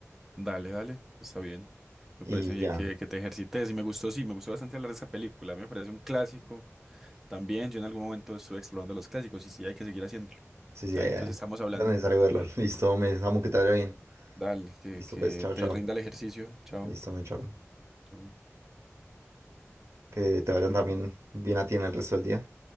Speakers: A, in the centre; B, on the right.
A: Dale, dale, está bien. Me
B: y
A: parece bien
B: ya.
A: que, que te ejercites y me gustó, sí, me gustó bastante hablar de esa película. Me parece un clásico. También yo en algún momento estuve explorando los clásicos y sí, hay que seguir haciéndolo.
B: Sí, sí,
A: Dale,
B: ya, ya.
A: entonces estamos hablando.
B: Era necesario verlo.
A: Dale.
B: <laughs> Listo, me amo que te vaya bien.
A: Dale, que,
B: Listo,
A: que
B: pues, chao,
A: te
B: chao.
A: rinda el ejercicio. Chao.
B: Listo, me chao.
A: Chao.
B: Que te vayan también bien a ti en el resto del día.